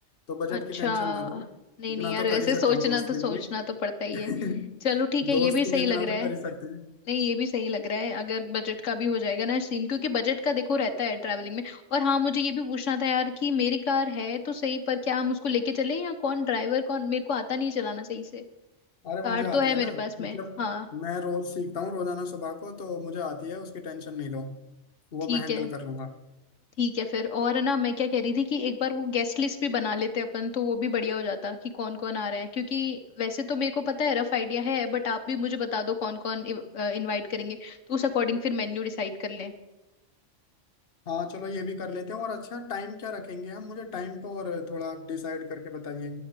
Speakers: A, on the left (about 55°); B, on the left (about 85°).
A: तो बजट
B: अच्छा
A: की टेंशन ना लो
B: नहीं
A: इतना
B: नहीं यार
A: तो कर
B: ऐसे
A: ही सकता
B: सोचना
A: हूँ दोस्त
B: तो
A: के
B: सोचना
A: लिए
B: तो पड़ता ही
A: <laughs>
B: है चलो ठीक है ये
A: दोस्त
B: भी
A: के
B: सही
A: लिए इतना
B: लग रहा
A: तो
B: है
A: कर ही सकते हैं
B: नहीं ये भी सही लग रहा है अगर बजट का भी हो जाएगा ना सीन क्योंकि बजट का देखो रहता है ट्रैवलिंग में और हाँ मुझे ये भी पूछना था यार कि मेरी कार है तो सही पर क्या हम उसको लेके चले या कौन ड्राइवर कौन मेरे को आता नहीं चलाना सही से
A: अरे
B: कार
A: मुझे आती
B: तो है
A: है
B: मेरे
A: ना
B: पास
A: मतलब
B: में हाँ
A: मैं रोज सीखता हूँ रोजाना सुबह को तो मुझे आती है उसकी टेंशन नहीं लो वो
B: ठीक
A: मैं हैंडल
B: है
A: कर लूंगा
B: ठीक है फिर और है ना मैं क्या कह रही थी कि एक बार वो गेस्ट लिस्ट भी बना लेते अपन तो वो भी बढ़िया हो जाता कि कौन कौन आ रहा है क्योंकि वैसे तो मेरे को पता है रफ आइडिया है बट आप भी मुझे बता दो कौन कौन इनवाइट करेंगे तो उस अकॉर्डिंग फिर मेन्यू डिसाइड कर लें
A: हाँ चलो ये भी कर लेते हैं और अच्छा टाइम क्या रखेंगे हम मुझे टाइम तो और थोड़ा डिसाइड करके बताइए